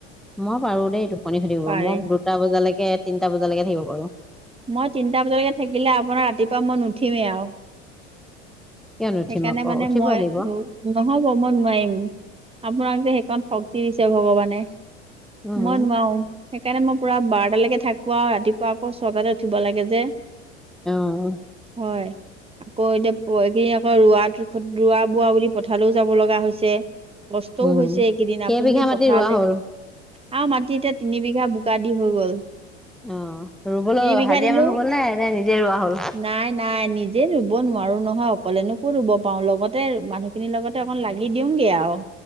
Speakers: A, in the centre; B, on the right.
A: মই পাৰো দেই টোপনি খতি কৰিব,
B: পাৰে
A: মই দুটা বজালৈকে <unintelligible> তিনটা বজালৈকে থাকিব পাৰো।
B: মই তিনটা বজালকে থাকিলে আপোনাৰ, ৰাতিপুৱা মই নুঠিমেই আৰু।
A: কিয় নুঠিম
B: সেইকাৰণে
A: আকৌ
B: মানে
A: উঠিবই
B: মই,
A: লাগিব
B: নহব মই নোৱাৰিম। আপোনাক যে সেইকন শক্তি দিছে ভগৱানে।
A: উম
B: মই নোৱাৰোঁ। সেইকাৰণে মই পুৰা বাৰটালৈকে থাকো আৰু, ৰাতিপুৱা আকৌ ছটাতে উঠিব লাগে যে।
A: অ'।
B: হয় আকৌ এতিয়া, প কি <unintelligible> ৰোৱা, ৰোৱা-বোৱা বুলি পথাৰলেওঁ যাব লগা হৈছে। কষ্টও
A: উম
B: হৈছে এইকেইদিন,
A: কেইবিঘা
B: আপুনিতো
A: মাটি
B: পথাৰলৈ
A: ৰোৱা হ'ল
B: আমাৰ মাটি এতিয়া তিনি বিঘা বোকা দি হৈ গ'ল।
A: অ', ৰুবলৈ
B: তিনি বিঘা
A: হাজিৰা
B: দিলো
A: মানুহ গ'ল নে, নে নিজে ৰোৱা হ'ল?
B: নাই নাই নিজে ৰুব নোৱাৰো নহয় অকলেনো ক'ত ৰুব পাৰোঁ, লগতে মানুহখিনিৰ লগতে অকণ লাগি দিওঁগে আৰু।